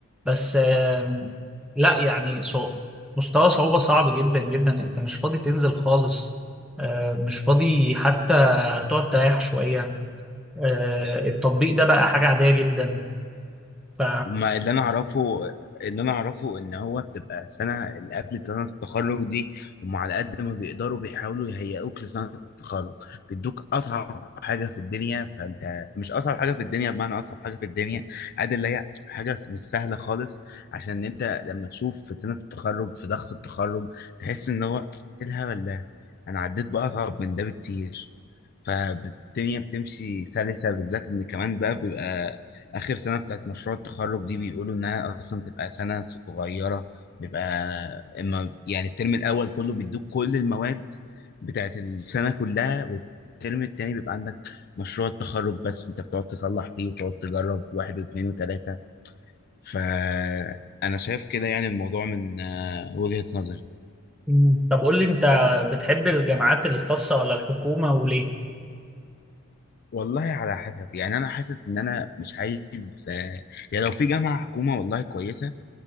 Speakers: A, in the centre; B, on the left (about 45°).
A: بس آم، لا يعني صعب مستوى صعوبه صعب جدا جدا انت مش فاضي تنزل خالص آه، مش فاضي حتى تقعد تريح شويه آه، التطبيق ده بقى حاجه عاديه جدا ف
B: وما اللي انا اعرفه اللي انا اعرفه ان هو بتبقى سنه اللي قبل سنه التخرج دي هم على قد ما بيقدروا بيحاولوا يهيئوك لسنه التخرج بيدوك اصعب حاجه في الدنيا فانت مش اصعب حاجه في الدنيا بمعنى اصعب حاجه في الدنيا قد اللي هي حاجه مش سهله خالص عشان إن انت لما تشوف في سنه التخرج في ضغط التخرج تحس ان هو ايه الهبل ده انا عديت باصعب من ده بكتير فالدنيا بتمشي سلسه بالذات ان كمان بقى بيبقى آخر سنة بتاعت مشروع التخرج دي بيقولوا إنها أصلا تبقى سنة صغيرة بيبقى إما يعني الترم الأول كله بيدوك كل المواد بتاعت السنة كلها والترم التاني بيبقى عندك مشروع التخرج بس أنت بتقعد تصلح فيه وتقعد تجرب واحد واثنين وتلاتة فأنا شايف كده يعني الموضوع من آه، وجهة نظري
A: مم. طب قول لي انت بتحب الجامعات الخاصة ولا الحكومة وليه؟
B: والله على حسب يعني أنا حاسس إن أنا مش عايز آه، يعني لو في جامعة حكومة والله كويسة